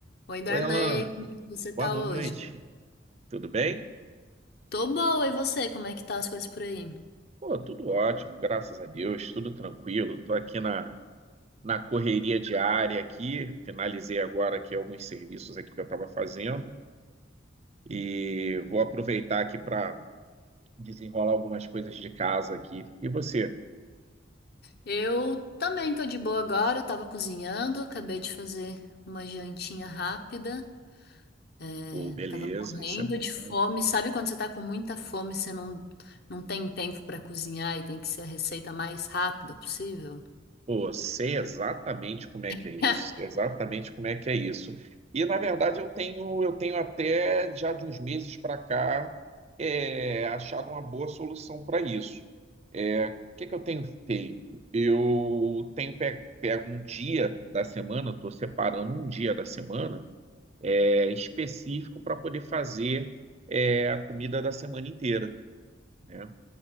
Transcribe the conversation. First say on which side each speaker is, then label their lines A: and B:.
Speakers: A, on the left; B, on the right.
A: Oi, Darley,
B: Oi, Alana.
A: como é que você tá
B: Boa noite.
A: hoje?
B: Tudo bem?
A: Tô boa, e você? Como é que tá as coisas por aí?
B: Pô, tudo ótimo, graças a Deus, tudo tranquilo. Estou aqui na, na correria diária aqui, finalizei agora aqui alguns serviços aqui que eu estava fazendo e vou aproveitar aqui para desenrolar algumas coisas de casa aqui. E você?
A: Eu também tô de boa agora, eu tava cozinhando, acabei de fazer uma jantinha rápida, é,
B: Pô, beleza,
A: tava morrendo
B: isso é bom.
A: de fome. Sabe quando você tá com muita fome, você não, não tem tempo pra cozinhar e tem que ser a receita mais rápida possível?
B: Pô, sei exatamente como é que
A: <laughs>
B: é isso, sei exatamente como é que é isso. E na verdade eu tenho, eu tenho até já de uns meses para cá é, achado uma boa solução para isso. É, o que que eu tenho feito? Eu tenho pe- pego, um dia da semana, estou separando um dia da semana é, específico para poder fazer é, a comida da semana inteira, né?